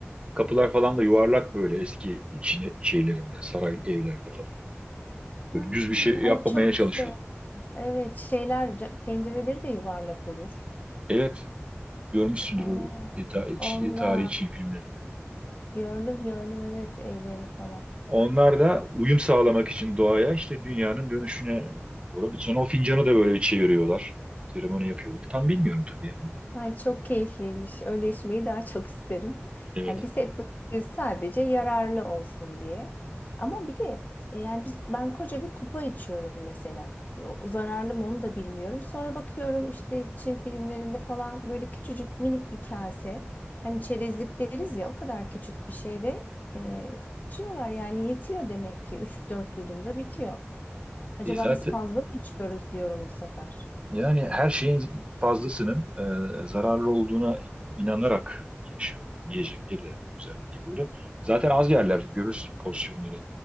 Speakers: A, on the right; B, on the left.
A: kapılar falan da yuvarlak böyle eski Çin şeylerinde saray evlerde falan.
B: Ha,
A: Böyle düz bir şey yapmamaya
B: ay çok
A: çalışıyor.
B: sev. Evet şeyler ca- pencereleri de yuvarlak olur.
A: Evet görmüşsündür
B: Aa,
A: o e, ta- e, Çin-
B: onda
A: tarihi Çin filmlerinde.
B: gördüm gördüm evet evlerini falan.
A: Onlar da uyum sağlamak için doğaya işte dünyanın dönüşüne doğru. bir- Sonra o fincanı da böyle bir çeviriyorlar. Seremoni yapıyorlar. Tam bilmiyorum tabii yani.
B: Ay çok keyifliymiş. Öyle içmeyi daha çok isterim.
A: Evet.
B: Yani biz hep böyle biz sadece yararlı olsun diye. Ama bir de e, yani biz, ben koca bir kupa içiyorum mesela. O, zararlı mı onu da bilmiyorum. Sonra bakıyorum işte Çin filmlerinde falan böyle küçücük minik bir kase. Hani çerezlik deriz ya o kadar küçük bir şeyde e, içiyorlar. Yani yetiyor demek ki üç dört yudumda bitiyor. Acaba
A: E zaten
B: biz fazla mı içiyoruz diyorum bu sefer.
A: yani her şeyin fazlasının e, zararlı olduğuna inanarak yaşıyor. Yiyecekleri de özellikle böyle. Zaten az yerler görürsün porsiyonları.